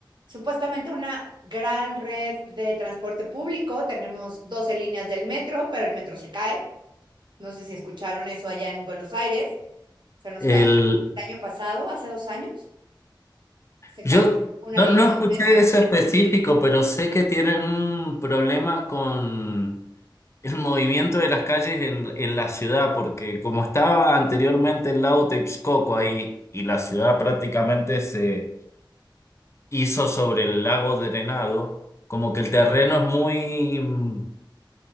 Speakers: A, on the right (about 65°); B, on the left (about 35°).
A: supuestamente una gran red de transporte público. Tenemos 12 líneas del metro, pero el metro se cae. No sé si escucharon eso allá en Buenos Aires. Se nos
B: El
A: cayó el año pasado, hace dos años, se
B: Yo
A: cayó una
B: no,
A: línea
B: no
A: del
B: escuché
A: metro.
B: eso específico, pero sé que tienen un problema con el movimiento de las calles en, en la ciudad, porque como estaba anteriormente el lago Texcoco ahí y la ciudad prácticamente se hizo sobre el lago drenado, como que el terreno es muy... mm,